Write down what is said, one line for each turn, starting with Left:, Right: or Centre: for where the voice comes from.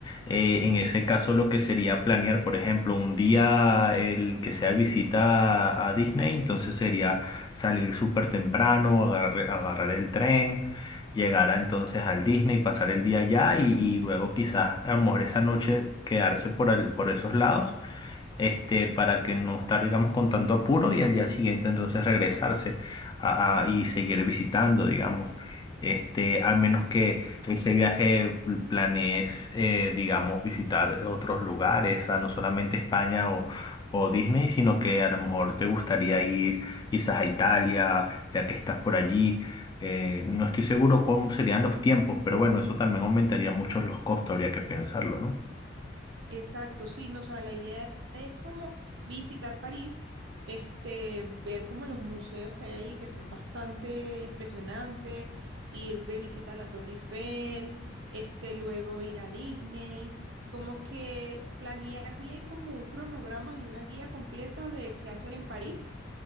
Left: Eh, en ese caso lo que sería planear, por ejemplo, un día el que sea visita a, a Disney, entonces sería salir súper temprano, agarrar, agarrar el tren, llegar a- entonces al Disney, pasar el día allá y, y luego quizás a lo mejor esa noche quedarse por, el- por esos lados este, para que no estar, digamos, con tanto apuro y al día siguiente entonces regresarse a, a- y seguir visitando, digamos. Este, al menos que ese viaje pl- planees, eh, digamos, visitar otros lugares, a no solamente España o, o Disney, sino que a lo mejor te gustaría ir quizás a Italia, ya que estás por allí. Eh, no estoy seguro cómo serían los tiempos, pero bueno, eso también aumentaría mucho los costos, habría que pensarlo, ¿no?
Right: Exacto, sí, no, o sea, la idea es como visitar París, este, ver como los museos que hay ahí, que son bastante impresionantes, ir de visita a la Torre Eiffel, este, luego ir a Disney, como que planear bien como un cronograma y una guía completa de qué hacer en París